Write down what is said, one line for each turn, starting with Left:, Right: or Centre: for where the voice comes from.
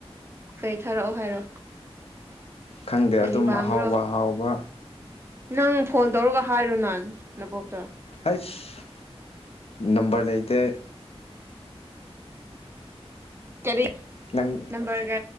Right: ꯀꯩ ꯊꯥꯔꯛꯑꯣ ꯍꯥꯏꯔꯣ
Left: ꯈꯪꯗꯦ
Right: ꯀꯔꯤ
Left: ꯑꯗꯨꯝ
Right: ꯄꯥꯝꯕ꯭ꯔꯣ
Left: ꯑꯍꯥꯎꯕ ꯑꯍꯥꯎꯕ
Right: ꯅꯪ ꯐꯣꯟ ꯇꯧꯔꯒ ꯍꯥꯏꯔꯨ ꯅꯥꯟ ꯅꯕꯣꯛꯇꯣ
Left: ꯍꯁ ꯅꯝꯕꯔ ꯂꯩꯇꯦ
Right: ꯀꯔꯤ
Left: ꯅꯪ
Right: ꯅꯝꯕꯔꯒ